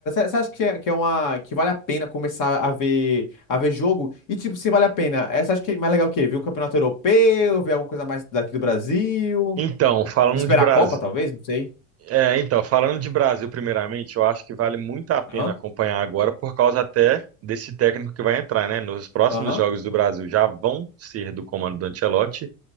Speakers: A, on the left; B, on the right.
A: Você acha que é, que é uma que vale a pena começar a ver a ver jogo? E tipo, se vale a pena, é, você acha que é mais legal o quê? Ver o campeonato europeu, ver alguma coisa mais daqui do Brasil,
B: Então, falando
A: esperar
B: de Brasil,
A: a Copa talvez, não sei.
B: É, então, falando de Brasil, primeiramente, eu acho que vale muito a pena
A: Aham.
B: acompanhar agora, por causa até desse técnico que vai entrar, né? Nos próximos
A: Aham.
B: jogos do Brasil já vão ser do comando do Ancelotti,